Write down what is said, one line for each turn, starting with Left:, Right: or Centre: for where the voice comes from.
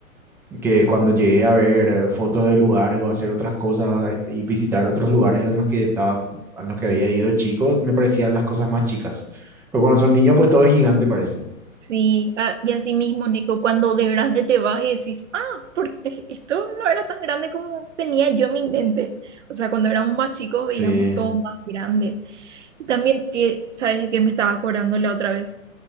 Centre: que cuando llegué a ver eh, fotos de lugares o hacer otras cosas este, y visitar otros lugares en los que estaba, cu- en los que había ido de chico, me parecían las cosas más chicas. Pero cuando son niños, pues todo es gigante, parece.
Right: Sí, ah, y así mismo, Nico, cuando de grande te vas y decís, ah, porque esto no era tan grande como tenía yo en mi mente. O sea, cuando éramos más chicos
Centre: Sí,
Right: veíamos todo más grande. Y también que, ¿sabes que me estaba acordando la otra vez?